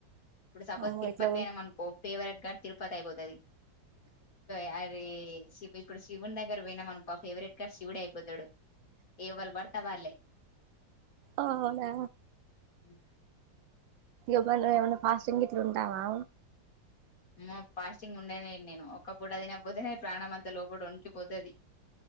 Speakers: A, on the left; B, on the right.
A: ఇప్పుడు సపోజ్
B: అమ్మో
A: తిరుపతి
B: ఇట్లా
A: పోయినము అనుకో ఫేవరెట్ గగాడ్ తిరుపతి అయిపోతుది ఆి ఇప్పుడు శివుని దగ్గర పోయినాం అనుకో మా ఫేవరెట్ గా శివుడు అయిపోతాడు ఎవరు పడతా వాళ్ళలే
B: అ అవునా
A: <inaudible>
B: ఎవరు ఫాస్టింగ్ ఇట్లా ఉంటావా
A: నేనా ఫాస్టింగ్ ఉండేనేడి నేను ఒకప్పుడు అదికపోతే ప్రాణం అంతా లోపత వనకిపోతుంది